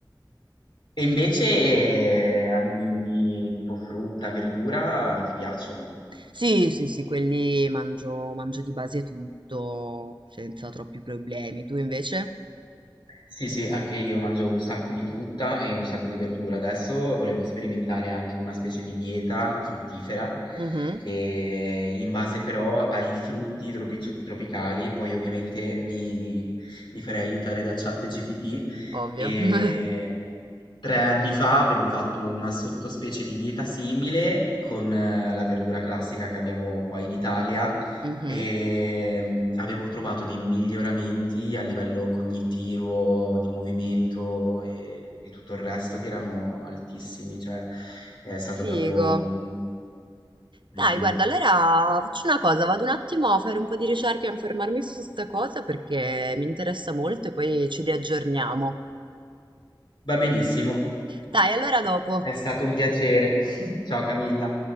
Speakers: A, on the left (about 75°); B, on the right (about 75°).
A: E invece eh, alimenti tipo frutta, verdura ti piacciono?
B: Sì, sì, sì, quelli mangio, mangio di base tutto, senza troppi problemi. Tu invece?
A: Sì, sì, anche io mangio un sacco di frutta e un sacco di verdura. Adesso volevo sperimentare anche una specie di dieta fruttifera
B: Mhm,
A: che in base però ai frutti tropici- tropicali, poi ovviamente mi, mi farei aiutare da ChatGPT
B: ovvio.
A: e
B: <laughs>
A: Tre anni fa avevo fatto una sottospecie di dieta simile con eh, la verdura classica che abbiamo qua in Italia
B: Mhm.
A: e mm, avevo trovato dei miglioramenti a livello cognitivo, di movimento e di tutto il resto che erano altissimi, cioè è stato
B: Figo.
A: proprio... un-
B: Dai,
A: un- un-
B: guarda, allora faccio una cosa, vado un attimo a fare un po' di ricerca e informarmi su sta cosa perché mi interessa molto e poi ci riaggiorniamo.
A: Va benissimo,
B: Dai, allora dopo.
A: è stato un piacere. <laughs> Ciao Camilla.